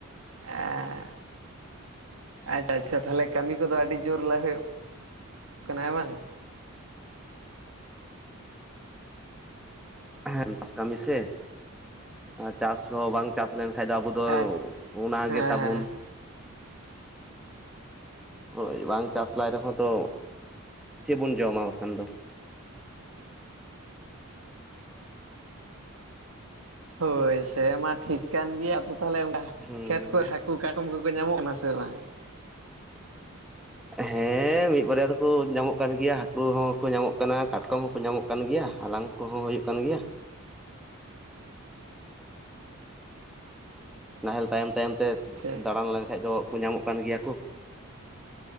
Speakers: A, on the right; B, in the centre.
A: ᱮᱸᱻ ᱟᱪᱪᱷᱟ ᱟᱪᱪᱷᱟ ᱛᱟᱦᱚᱞᱮ ᱠᱟᱹᱢᱤ ᱠᱚᱫᱚ ᱟᱹᱰᱤ ᱡᱳᱨ ᱞᱮ ᱦᱩᱭᱩᱜ ᱠᱟᱱᱟ ᱦᱮᱸ ᱵᱟᱝ!
B: ᱦᱮᱸ ᱪᱟᱥ ᱠᱟᱹᱢᱤ ᱥᱮ ᱟᱨ ᱪᱟᱥ ᱨᱮᱦᱚᱸ ᱵᱟᱝ ᱪᱟᱥ ᱞᱮᱱᱠᱷᱟᱱ ᱫᱚ ᱟᱵᱚ ᱫᱚ
A: ᱟᱪᱪᱷᱟ
B: ᱚᱱᱟ
A: ᱦᱮᱸ
B: ᱜᱮ ᱛᱟᱵᱚᱱ
A: ᱦᱮᱸ <inaudible>
B: ᱦᱳᱭ ᱵᱟᱝ ᱪᱟᱥ ᱞᱟᱭ ᱨᱮᱦᱚᱸ ᱛᱚ ᱪᱮᱫ ᱵᱚᱱ ᱡᱚᱢᱟ ᱵᱟᱠᱷᱟᱱ ᱫᱚ?
A: ᱦᱳᱭ ᱥᱮᱢᱟ ᱴᱷᱤᱠ ᱠᱟᱱ ᱜᱮᱭᱟ ᱟᱫᱚ ᱛᱟᱦᱟᱞᱮ <unintelligible>
B: ᱦᱩᱸ
A: ᱠᱷᱮᱛ ᱠᱚ <unintelligible> ᱠᱩ ᱠᱟᱠᱚᱢ ᱠᱚᱠᱚ ᱧᱟᱢᱚᱜ ᱠᱟᱱᱟ ᱥᱮ ᱵᱟᱝ?
B: ᱦᱮᱸ ᱢᱤᱫ ᱵᱟᱨᱭᱟ ᱫᱚᱠᱚ ᱧᱟᱢᱚᱜ ᱠᱟᱱ ᱜᱮᱭᱟ ᱦᱟᱹᱠᱩ ᱦᱚᱸ ᱠᱚ ᱧᱟᱢᱚᱜ ᱠᱟᱱᱟ, ᱠᱟᱴᱠᱚᱢ ᱦᱚᱸ ᱠᱚ ᱧᱟᱢᱚᱜ ᱠᱟᱱ ᱜᱮᱭᱟ, ᱦᱟᱞᱟᱝ ᱠᱚᱦᱚᱸ ᱦᱩᱭᱩᱜ ᱠᱟᱱ ᱜᱮᱭᱟ᱾ ᱱᱟᱦᱮᱞ ᱛᱟᱭᱚᱢ ᱛᱟᱭᱚᱢ ᱛᱮ
A: ᱟᱪᱪᱷᱟ
B: ᱫᱟᱬᱟᱱ ᱞᱮᱱᱠᱷᱟᱡ ᱫᱚ ᱧᱟᱢᱚᱜ ᱠᱟᱱ ᱜᱮᱭᱟ ᱠᱩ᱾